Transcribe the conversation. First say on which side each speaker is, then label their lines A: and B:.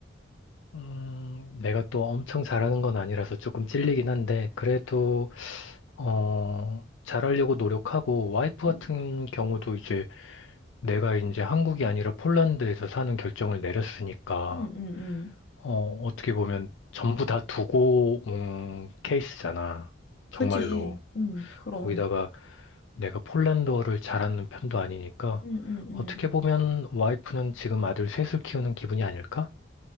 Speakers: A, on the left; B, on the left.
A: 음, 내가 또 엄청 잘하는 건 아니라서 조금 찔리긴 한데, 그래도, 어, 잘하려고 노력하고, 와이프 같은
B: 음,
A: 경우도 이제 내가 이제 한국이 아니라 폴란드에서 사는 결정을 내렸으니까,
B: 음, 음, 음.
A: 어, 어떻게 보면 전부 다 두고 온 케이스잖아. 정말로.
B: 그지? 음, 그럼.
A: 거기다가 내가 폴란드어를 잘하는 편도 아니니까
B: 음, 음, 음.
A: 어떻게 보면 와이프는 지금 아들 셋을 키우는 기분이 아닐까?